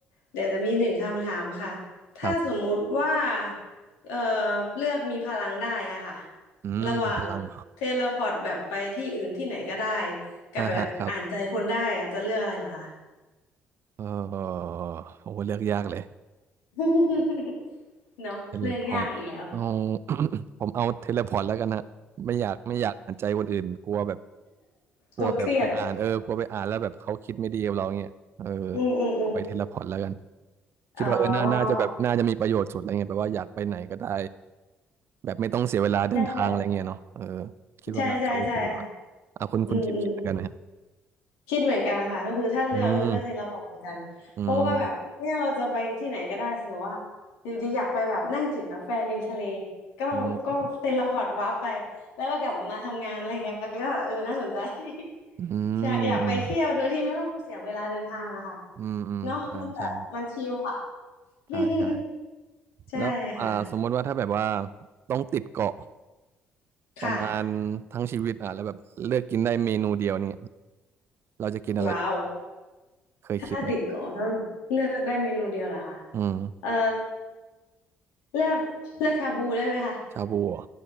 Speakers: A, on the left; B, on the right.
A: เดี๋ยวจะมีหนึ่งคำถามค่ะถ้าสมมุติว่า
B: ครับ
A: เอ่อเลือกมีพลังได้อะค่ะ
B: อืมพลัง
A: ระหว่างเทเลพอร์ตแบบไปที่อื่นที่ไหนก็ได้กับแบบอ่านใจคนได้อะจะเลือกอะไรเหรอคะ
B: อ่าฮะครับเออโอ้เลือกยากเลย
A: <laughs> เนาะเลือกยากอีกแล้ว
B: เทเลพอร์ตเอา <coughs> ผมเอาเทเลพอร์ตแล้วกันฮะไม่อยากไม่อยากอ่านใจคนอื่นกลัวแบบกลัวแบบไปอ่านเออกลัวไปอ่านแล้วแบบเขาคิดไม่ดีกับเราเงี้ยเออ
A: กลัวเครียดอืมอืมอืม
B: เอาไปเทเลพอร์ตแล้วกัน คิดว่าเออน่าน่าจะแบบน่าจะมีประโยชน์สุดอะไรเงี้ยแบบว่าอยากไปไหนก็ได้
A: อ๋อ
B: แบบไม่ต้องเสียเวลาเดินทางอะไรเงี้ยเนาะเออ
A: ใช่ใช่
B: คิดว่าน่าจะโอเคกว่า
A: ใช่ใช่ใช่ค่ะ
B: อ่ะคุณคุณคิดคิดเหมือนกันไหมครับ
A: อืมอืมคิดเหมือนกันค่ะก็คือถ้าเลือกก็คือเลือกเทเลพอร์ตเหมือนกันเพราะว่าแบบเนี่ยเราจะไปที่ไหนก็ได้สมมติว่าอยู่ดีอยากไปแบบนั่งจิบกาแฟริมทะเล
B: อืมอืม
A: ก็ก็เทเลพอร์ตวาร์ปไป
B: อืม
A: แล้วก็กลับมาทำงานอะไรเงี้ยก็เออน่าสนใจ <laughs>
B: อื
A: อยากอยากไปเที่ยวโดยที่ไม่ต้องเสียเวลาเดินทางอะค่ะ
B: มอืมอืมอืมอ่าใช่
A: เนาะมันแบบมันชิลอะ <laughs>
B: ใช่ใช่
A: ใช่ค่ะ
B: แล้วอ่าสมมติว่าถ้าแบบว่าต้องติดเกาะ
A: ค่ะ
B: ประมาณทั้งชีวิตอ่ะแล้วแบบเลือกกินได้เมนูเดียวเนี่ยเราจะกินอะไร
A: ว้าว
B: เคยคิดไหม
A: ถ้าติ่งเกาะต้องเลือกได้เมนูเดียวเหรอคะ
B: อืม
A: เอ่อเลือกเลือกชาบูได้ไหมคะ
B: ชาบูเหรอ